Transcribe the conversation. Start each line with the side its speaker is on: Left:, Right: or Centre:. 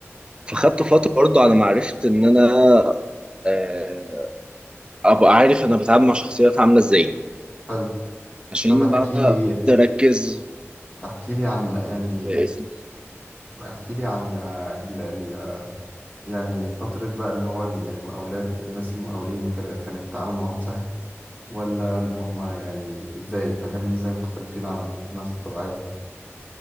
Right: فخدت فتره برضو على ما عرفت ان انا آه، ابقى عارف انا بتعامل مع شخصيات عامله ازاي
Left: حلو
Right: عشان
Left: طب احكي
Right: بقى
Left: لي
Right: اقدر اركز
Left: احكي لي عن يعني
Right: في اسمي.
Left: احكي لي عن آه، ال... ال... يعني فترة بقى اللي هو ال- يعني مقاولات الناس المقاولين وكده كان التعامل معاهم سهل ولا اللي هم يعني ازاي فهمني ازاي مختلفين عن الناس الطبيعية